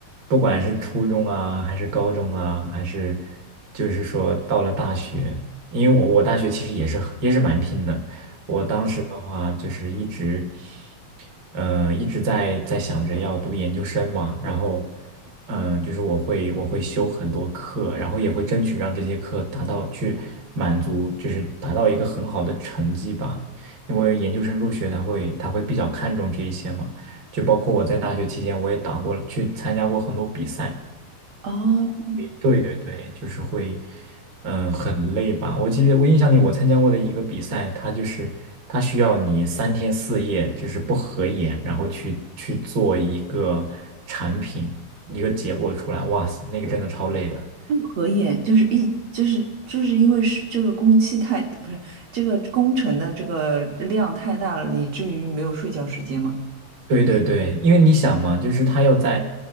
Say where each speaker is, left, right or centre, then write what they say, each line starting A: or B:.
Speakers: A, on the right; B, on the right.
A: 不管是初中啊，还是高中啊，还是就是说到了大学，因为我我大学其实也是很也是蛮拼的。我当时的话就是一直，嗯、一直在在想着要读研究生嘛，然后，嗯、就是我会我会修很多课，然后也会争取让这些课达到去满足，就是达到一个很好的成绩吧，因为研究生入学他会他会比较看重这一些嘛，就包括我在大学期间我也打过了，去参加过很多比赛。
B: 哦，
A: 对对对，就是会，嗯、很累吧？我记得我印象里，我参加过的一个比赛，它就是它需要你三天四夜，就是不合眼，然后去去做一个产品，一个结果出来。哇塞，那个真的超累的。
B: 不合眼就是一就是就是因为是这个工期太，不是这个工程的这个量太大了，以至于没有睡觉时间嘛。
A: 对对对，因为你想嘛，就是他要在